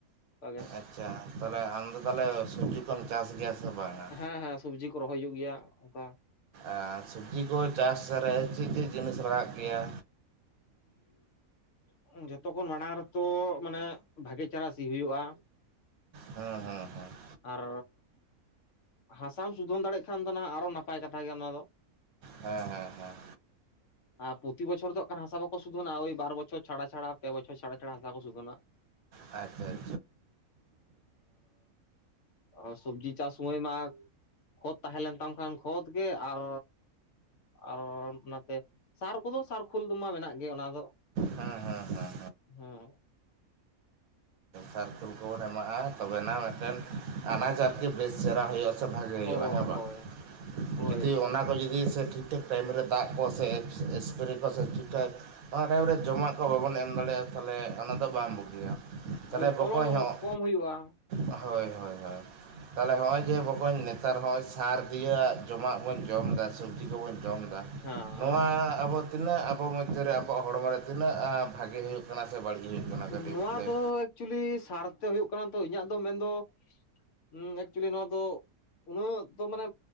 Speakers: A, on the left; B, on the right.
A: ᱚᱱᱠᱟᱜᱮ
B: ᱟᱪᱪᱷᱟ ᱛᱟᱦᱚᱞᱮ ᱟᱢ ᱫᱚ ᱛᱟᱦᱚᱞᱮ ᱥᱚᱵᱡᱤ ᱠᱚᱢ ᱪᱟᱥ ᱜᱮᱭᱟ? ᱥᱮ ᱵᱟᱝᱟ
A: ᱦᱮᱸ ᱦᱮᱸ ᱥᱚᱵᱡᱤ ᱠᱚ ᱨᱚᱦᱚᱭ ᱦᱩᱭᱩᱜ ᱜᱮᱭᱟ ᱚᱱᱠᱟ
B: ᱟᱨ ᱥᱚᱵᱡᱤ ᱠᱚ ᱪᱟᱥ ᱨᱮ ᱪᱮᱫ ᱪᱮᱫ ᱡᱤᱱᱤᱥ ᱞᱟᱜᱟᱜ ᱜᱮᱭᱟ?
A: ᱦᱩᱸ ᱡᱷᱚᱛᱚᱠᱷᱚᱱ ᱢᱟᱲᱟᱝ ᱨᱮᱛᱚ ᱢᱟᱱᱮ ᱵᱷᱟᱹᱜᱮ ᱪᱮᱦᱮᱨᱟ ᱥᱤ ᱦᱩᱭᱩᱜᱼᱟ
B: ᱦᱮᱸ ᱦᱮᱸ ᱦᱮᱸ
A: ᱟᱨ ᱦᱟᱥᱟᱢ ᱥᱩᱫᱷᱚᱱ ᱫᱟᱲᱮᱜ ᱠᱷᱟᱱ ᱫᱚ ᱱᱟᱦᱟᱜ ᱟᱨᱦᱚ ᱱᱟᱯᱟᱭ ᱠᱟᱛᱷᱟ ᱜᱮ ᱚᱱᱟ ᱫᱚ
B: ᱦᱮᱸ ᱦᱮᱸ ᱦᱮᱸ
A: <unintelligible> ᱟᱨ ᱯᱨᱚᱛᱤ ᱵᱚᱪᱷᱚᱨ ᱫᱚ ᱚᱠᱟᱨᱮ ᱦᱚ ᱦᱟᱥᱟ ᱵᱟᱠᱚ ᱥᱩᱫᱷᱚᱱᱟ ᱳᱭ ᱵᱟᱨ ᱵᱚᱪᱷᱚᱨ ᱪᱷᱟᱰᱟ ᱪᱷᱟᱰᱟ ᱯᱮ ᱵᱚᱪᱷᱚᱨ ᱪᱷᱟᱰᱟ ᱪᱷᱟᱰᱟ ᱦᱟᱥᱟ ᱠᱚ ᱥᱩᱫᱷᱚᱱᱟ
B: ᱟᱪᱪᱷᱟ ᱟᱪᱪᱷᱟ <unintelligible>
A: ᱟᱨ ᱥᱚᱵᱽᱡᱤ ᱪᱟᱥ ᱥᱚᱢᱚᱭ ᱢᱟ ᱠᱷᱚᱛ ᱛᱟᱦᱮᱸ ᱞᱮᱱ ᱛᱟᱢ ᱠᱷᱟᱱ ᱠᱷᱚᱛ ᱜᱮ ᱟᱨ ᱟᱨ ᱚᱱᱟᱛᱮ ᱥᱟᱨ ᱠᱚᱫᱚ ᱥᱟᱨ ᱠᱷᱳᱞ ᱠᱚᱢᱟ ᱢᱮᱱᱟᱜ ᱜᱮ ᱚᱱᱟ ᱫᱚ
B: ᱦᱮᱸ ᱦᱮᱸ ᱦᱮᱸ
A: ᱦᱮᱸ
B: ᱥᱟᱨᱠᱮᱞ ᱠᱚᱵᱚᱱ ᱮᱢᱟᱜᱼᱟ ᱛᱚᱵᱮᱱᱟ ᱢᱤᱫᱴᱮᱱ ᱟᱱᱟᱡ ᱟᱨᱠᱤ ᱵᱮᱥ ᱪᱮᱦᱨᱟ ᱦᱩᱭᱩᱜᱼᱟ ᱵᱷᱟᱜᱮ ᱦᱩᱭᱩᱜᱼᱟ
A: ᱦᱳᱭ
B: ᱦᱮᱸ ᱵᱟᱝ
A: ᱦᱳᱭ ᱦᱳᱭ
B: ᱡᱩᱫᱤ ᱚᱱᱟ ᱠᱚ ᱡᱩᱫᱤ ᱥᱮ ᱴᱷᱤᱠ ᱴᱷᱟᱠ ᱴᱟᱭᱤᱢ ᱨᱮ ᱫᱟᱜ ᱠᱚ ᱥᱮ ᱮᱥᱯᱨᱮ ᱠᱚ ᱥᱮ ᱴᱷᱤᱠ ᱴᱷᱟᱠ ᱚᱱᱟ ᱴᱟᱭᱤᱢ ᱨᱮ ᱡᱚᱢᱟᱜ ᱠᱚ ᱵᱚᱱ ᱮᱢ ᱫᱟᱲᱮᱭᱟᱜᱼᱟ ᱛᱟᱦᱚᱞᱮ ᱚᱱᱟ ᱫᱚ ᱵᱟᱝ ᱵᱩᱜᱤᱭᱟ ᱛᱟᱦᱚᱞᱮ
A: ᱦᱳᱭ
B: ᱵᱚᱠᱚᱭ
A: ᱯᱷᱚᱞᱚᱱ
B: ᱦᱚᱸ
A: ᱠᱚᱢ ᱦᱩᱭᱩᱜᱼᱟ
B: ᱦᱳᱭ ᱦᱳᱭ ᱦᱳᱭ ᱛᱟᱦᱚᱞᱮ ᱦᱚᱜᱼᱚᱭ ᱡᱮ ᱵᱚᱠᱚᱧ ᱱᱮᱛᱟᱨ ᱦᱚᱸᱜᱼᱚᱭ ᱥᱟᱨ ᱫᱤᱭᱟᱹᱣᱟᱜ ᱡᱚᱢᱟᱜ ᱵᱚᱱ ᱡᱚᱢ ᱫᱟ ᱥᱚᱵᱽᱡᱤ ᱠᱚᱵᱚᱱ ᱡᱚᱢ ᱫᱟ
A: ᱦᱮᱸ
B: ᱱᱚᱣᱟ ᱟᱵᱚ ᱛᱤᱱᱟᱹᱜ ᱟᱵᱚ ᱢᱚᱫᱽᱫᱷᱟᱨᱟ ᱟᱵᱚᱣᱟᱜ ᱦᱚᱲᱢᱚ ᱨᱮ ᱛᱤᱱᱟᱹᱜ ᱟ ᱵᱷᱟᱜᱮ ᱦᱩᱭᱩᱜ ᱠᱟᱱᱟ ᱥᱮ ᱵᱟᱹᱲᱤᱡ ᱦᱩᱭᱩᱜ ᱠᱟᱱᱟ ᱠᱟᱹᱴᱤᱡ
A: ᱱᱚᱣᱟ
B: ᱞᱟᱹᱭ
A: ᱫᱚ ᱮᱠᱪᱩᱞᱤ ᱥᱟᱨᱛᱮ ᱦᱩᱭᱩᱜ ᱠᱟᱱᱟ ᱛᱚ ᱤᱧᱟᱹᱜ ᱫᱚ ᱢᱮᱱᱫᱚ ᱦᱮᱸ ᱮᱠᱪᱩᱞᱤ ᱱᱚᱣᱟ ᱫᱚ ᱩᱱᱟᱹᱜ ᱫᱚ ᱢᱟᱱᱮ